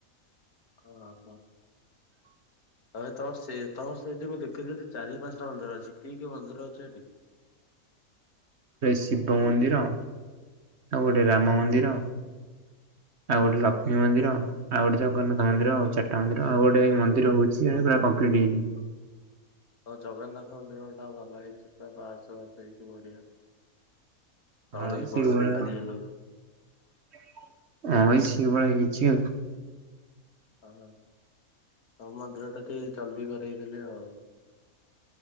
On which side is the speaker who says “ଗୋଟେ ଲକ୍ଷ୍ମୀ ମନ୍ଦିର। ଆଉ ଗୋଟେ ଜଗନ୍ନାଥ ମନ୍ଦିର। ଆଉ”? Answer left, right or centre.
Right